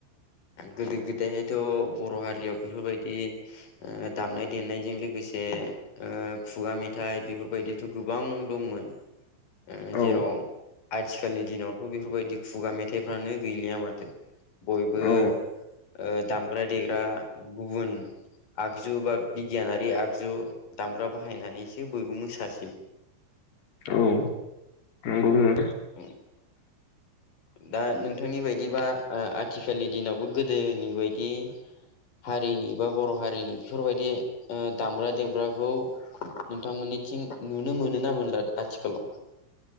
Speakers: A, on the left; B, on the left.
A: गोदो गोदायहायथ' बर' हारियाव बेफोरबायदि ओ दामनाय देनायजों लोगोसे ओ खुगा मेथाइ बेफोरबायदिथ' गोबां दंमोन जेराव
B: औ
A: आथिखालनि दिनावथ' बेफोरबायदि खुगा मेथाइफ्रानो गैलिया माथो बयबो
B: औ
A: ओ दामग्रा देग्रा गुबुन जु बा बिगियानारि आगजु दामग्रा बाहायनानैसो बयबो मोसासै
B: औ नंगौ नों
A: <unintelligible> दा नोंथांनि बायदिबा आथिखालनि दिनावबो गोदोनि बायदि दे हारिनि बा बर' हारिनि बेफोरबायदि ओ दामग्रा देग्राखौ नोंथांमोननिथिं नुनो मोनो ना मोनला आथिखालाव